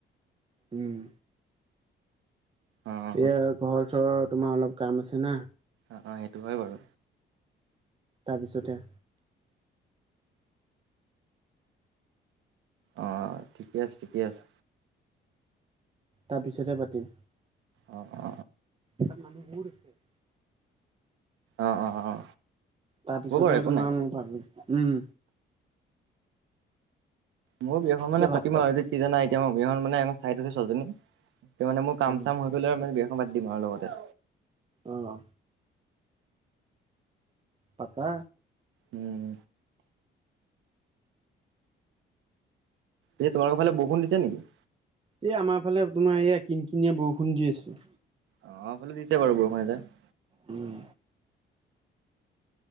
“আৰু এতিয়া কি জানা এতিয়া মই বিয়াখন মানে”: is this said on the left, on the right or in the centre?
Right